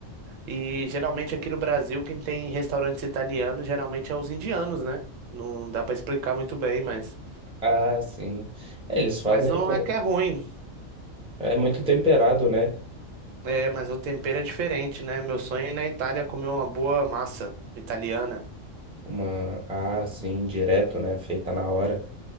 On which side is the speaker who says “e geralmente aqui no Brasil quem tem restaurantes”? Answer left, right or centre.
Right